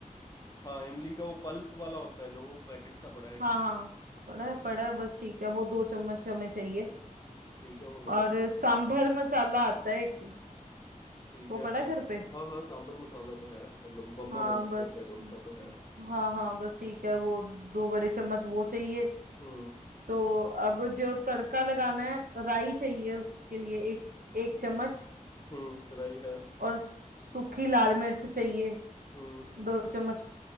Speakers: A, on the left; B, on the right.
A: हाँ इमली का वो पल्प वाला होता है जो वो पैकेट सा पड़ा है एक
B: हाँ हाँ पड़ा है पड़ा है बस ठीक है वो दो चम्मच हमें चाहिए
A: ठीक है वो निकल
B: और
A: जाएगा
B: सांभर मसाला आता है एक
A: ठीक
B: वो
A: है
B: पड़ा
A: सांब
B: है घर पे
A: हाँ हाँ सांबर मसाला तो है मतलब बम्मा
B: हाँ
A: बनाते
B: बस
A: होता है डोसा तो है
B: हाँ हाँ बस ठीक है वो दो बड़े चम्मच वो चाहिए
A: हम्म
B: तो अब जो तड़का लगाना है राई चाहिए उसके लिए एक एक चम्मच
A: हम्म राई है
B: और सूखी लाल मिर्च चाहिए
A: हम्म
B: दो चम्मच